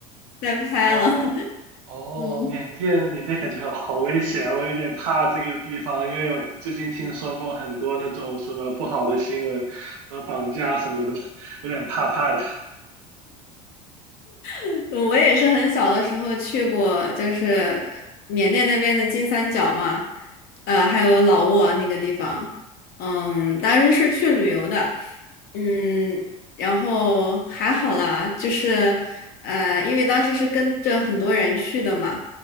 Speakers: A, on the left; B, on the right.
A: 再拍了。
B: 哦，
A: <laughs>
B: 哦，
A: 嗯。
B: 缅甸，缅甸感觉好危险，我有点怕这个地方，因为我最近听说过很多那种什么不好的新闻，什么绑架什么的，有点怕怕的，
A: 嗯我也是很小的时候去过，就是缅甸那边的金三角嘛，呃，还有老挝那个地方，嗯，当时是去旅游的，嗯，然后还好啦，就是呃，因为当时是跟着很多人去的嘛，